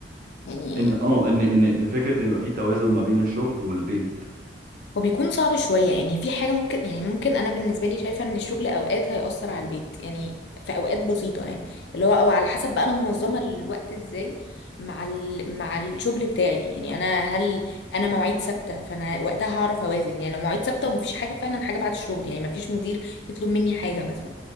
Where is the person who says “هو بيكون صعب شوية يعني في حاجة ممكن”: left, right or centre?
Left